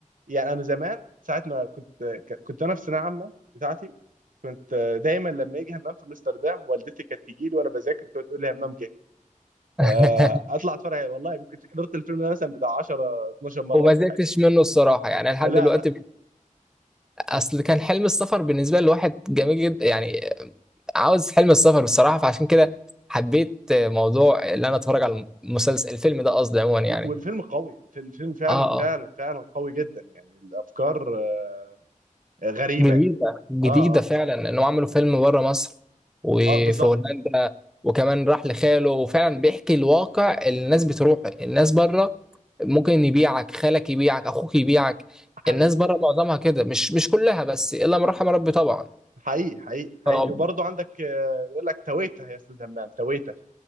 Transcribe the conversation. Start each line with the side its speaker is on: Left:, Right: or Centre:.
Right: يعني انا زمان ساعه ما كنت ك- كنت انا في ثانويه عامه بتاعتي كنت آه، دايما لما يجي همام في امستردام والدتي كانت تجي لي وانا بذاكر كانت تقول لي همام جه
Centre: <laughs>
Right: فاطلع اتفرج عليه. والله يمكن حضرت الفيلم ده مثلا بتاع 10 12 مره
Centre: وما
Right: ولا
Centre: زهقتش
Right: حاجه
Centre: منه الصراحه يعني لحد
Right: لا
Centre: دلوقتي اصل كان حلم السفر بالنسبه لواحد جميل جدا يعني عاوز حلم السفر بصراحه فعشان كده حبيت موضوع ان انا اتفرج على المسلسل الفيلم ده قصدي عموما يعني
Right: والفيلم قوي الفيلم فعلا
Centre: اه
Right: فعلا
Centre: آه.
Right: فعلا قوي جدا يعني الافكار آه، غريبه
Centre: جديدة
Right: يعني
Centre: جديدة
Right: اه اه
Centre: فعلا انهم عملوا
Right: اه,
Centre: فيلم بره مصر وفي
Right: آه بالظبط
Centre: هولندا وكمان راح لخاله وفعلا بيحكي الواقع اللي الناس بتروح الناس بره ممكن يبيعك خالك يبيعك اخوك يبيعك
Right: حقيقي
Centre: الناس بره معظمها كده مش مش كلها بس الا من رحم ربي طبعا
Right: حقيقي حقيقي
Centre: طب
Right: حقيقي وبرضه عندك آه، بيقول لك تويته يا استاذ همام تويته